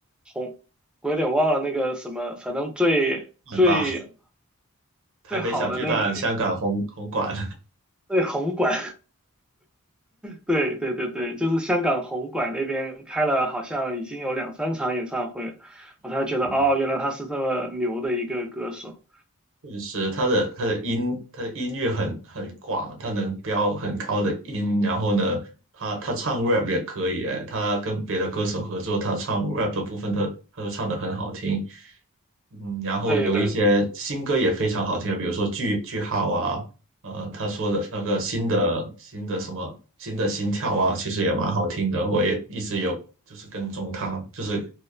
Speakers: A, in the centre; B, on the right.
A: 红，我有点忘了那个什么，反正最最
B: 很棒。台北小巨蛋、
A: 最好的那个
B: 香港红红馆，
A: 最红馆对对对对，就是香港红馆那边开了，好像已经有两三场演唱会了我才觉得哦，
B: <laughs>
A: 原来他是这么牛的一个歌手。
B: 确实，他的他的音他的音域很很广，他能飙很高的音，然后呢，他他唱 rap 也可以诶，他跟别的歌手合作，他唱 rap 的部分他他都唱得很好听，嗯，然后有一些新歌也非常好听，
A: 对对，
B: 比如说句句号啊，呃，他说的那个新的新的什么新的心跳啊，其实也蛮好听的，我也一直有就是跟踪他，就是